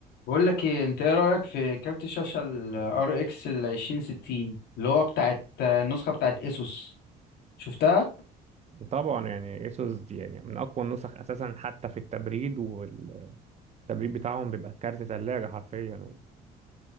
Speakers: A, on the left; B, on the right.
A: بقول لك ايه انت ايه رايك في كارت الشاشه ال RX ال 2060 اللي هو بتاعت النسخه بتاعت اسوس شفتها
B: طبعا يعني ايسوس دي يعني من اقوى النسخ اساسا حتى في التبريد والتبريد بتاعهم بيبقى كارت ثلاجه حرفيا